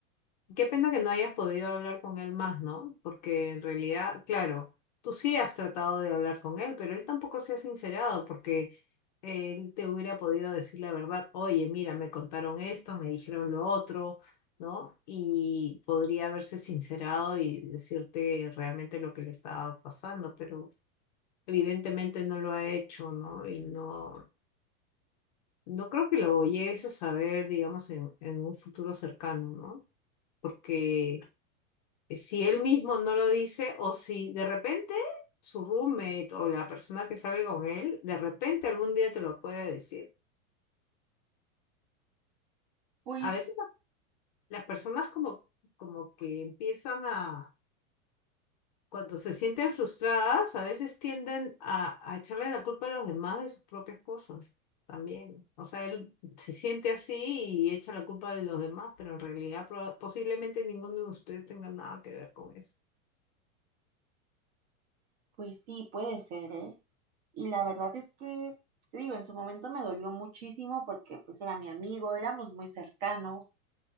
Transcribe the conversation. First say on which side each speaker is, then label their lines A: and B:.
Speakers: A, on the left; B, on the right.
A: Qué pena que no hayas podido hablar con él más, ¿no? Porque en realidad, claro, tú sí has tratado de hablar con él, pero él tampoco se ha sincerado porque él te hubiera podido decir la verdad, oye, mira, me contaron esto, me dijeron lo otro, ¿no? Y podría haberse sincerado y decirte realmente lo que le estaba pasando, pero evidentemente no lo ha hecho, ¿no? Y no, no creo que lo llegues a saber, digamos, en, en un futuro cercano, ¿no? Porque si él mismo no lo dice o si de repente su roommate o la persona que sale con él, de repente algún día te lo puede decir.
B: Pues
A: A veces la- las personas como, como que empiezan a, cuando se sienten frustradas, a veces tienden a, a echarle la culpa a los demás de sus propias cosas también. O sea, él se siente así y echa la culpa de los demás, pero en realidad proba- posiblemente ninguno de ustedes tenga nada que ver con eso.
B: Pues sí, puede ser, ¿eh? Y la verdad es que, te digo, en su momento me dolió muchísimo porque pues era mi amigo, éramos muy cercanos